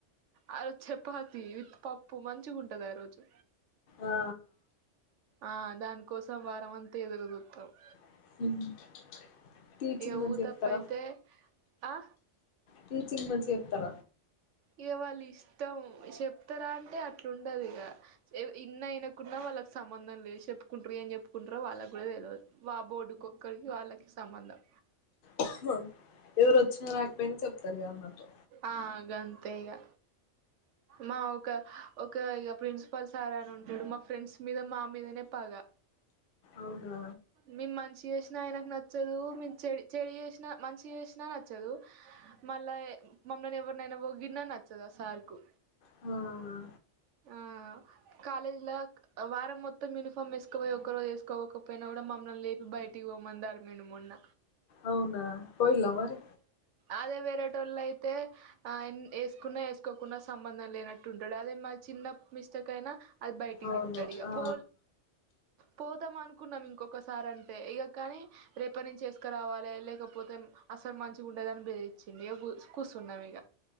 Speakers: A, on the right; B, on the left.
A: ఆ రోజ్ చపాతి విత్ పప్పు మంచిగుంటది ఆ రోజు
B: ఆ
A: ఆ దాన్కోసం వారంమంతా ఎదురుజుత్తమ్
B: ఉహు టీచింగ్
A: ఇగ
B: మంచిగా
A: ఊతప్పైతే
B: చెప్తారా
A: అ
B: టీచింగ్ మంచిగ చెప్తర
A: ఇగ వాళ్ళిష్టం శెప్తరా అంటే అట్లుండదిగ చె ఇన్న ఇన కున్న వ వాళ్ళక్ సంబధం లేద్ శెప్పుకుంటర్ ఏం జెప్ప్కుంటరో వాళ్ళక్ గూడా తెల్వద్ వ బోర్డుక్కొకర్కీ వాళ్ళకి సంబంధం
B: ఉహు ఎవరోచ్చినా రాక్పోయినా చెప్తార్ మిరన్నటు
A: ఆగాంతే ఇగా మా ఒక హ ఒక ఇగ ప్రిన్సిపాల్ సార్ అని ఉంటాడు మా ఫ్రెండ్స్ మీద మా మీదనే పాగా
B: అవునా
A: మేమ్ మంచి చేస్నా ఆయనక్ నచ్చదు మేమ్ చె చెడ్ చేసినా మంచి చేస్నా నచ్చదు మళ్ళా ఎ మమ్మల్ని ఎవరినైనా పొగిడినా నచ్చదు ఆ సార్కు
B: హా ఆ
A: ఆ కాలేజ్ల క్ వారం మొత్తం యూనిఫామ్ వేసుకోపోయి ఒక రోజు ఏసవోకపోయినా ఐన గూడా మమ్మల్ని లేపి బయటికి వోమనదారూ నీను మొన్న
B: అవున పోయిలా మరి
A: ఆదే వేరేటోల్లైతే ఆ అన్ ఏసుకున్న వేసుకోకున్న సంబంధం లేనట్టు ఉంటాడు అదే మ చిన్న మిస్టేక్ అయినా అది బైయటికి
B: అవును
A: తిస్తాడు ఇక
B: ఆ
A: పో పోతామను న్నాం ఇంకొకసారి అంటే ఇగా కాని రేప నుంచి చేస్కారావాలి లేకపోతే అసలు మంచిగా ఉండ ఎదని బేదిరీచ్చింది ఇగా కూసున్నాం ఇగ